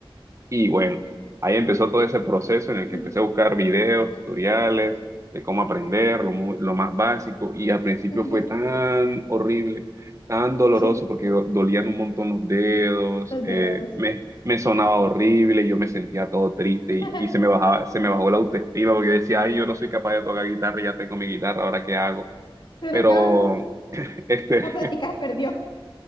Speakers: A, on the right (about 35°); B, on the left (about 55°).
A: Y bueno, ahí empezó todo ese proceso en el que
B: Mm,
A: empecé a buscar videos, tutoriales de cómo aprender, lo, mu- lo más básico. Y al principio
B: ujú.
A: fue tan horrible, tan doloroso,
B: Sí.
A: porque do- dolían un montón los dedos,
B: los
A: eh,
B: dedos.
A: me, me sonaba horrible, yo me sentía todo triste
B: <laughs>
A: y, y se me bajaba, se me bajó la autoestima porque decía, ay, yo no soy capaz de tocar guitarra, y ya tengo mi guitarra, ¿ahora qué hago?
B: ¿Pero
A: Pero
B: qué hago?
A: este,
B: La plática se perdió.